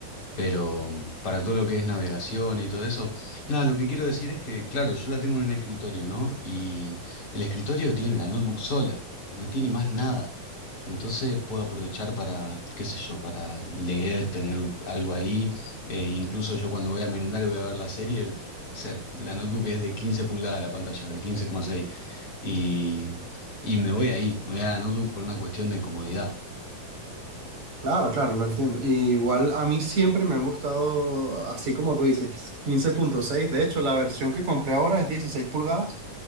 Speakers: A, on the left (about 50°); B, on the right (about 45°).
A: Pero mm, para todo lo que es navegación y todo eso, nada, lo que quiero decir es que, claro, yo la tengo en un escritorio, ¿no? Y el escritorio tiene la notebook sola, no tiene más nada. Entonces puedo aprovechar para, qué sé yo, para leer, tener un- algo ahí. Eh, incluso yo cuando voy a merendar y voy a ver la serie, o sea, la notebook es de 15 pulgadas la pantalla, de quince coma seis Y, y me voy ahí, me voy a la notebook por una cuestión de comodidad.
B: Claro, claro, lo entiendo. Y igual a mí siempre me han gustado, así como tú dices, quince punto seis. De hecho, la versión que compré ahora es 16 pulgadas,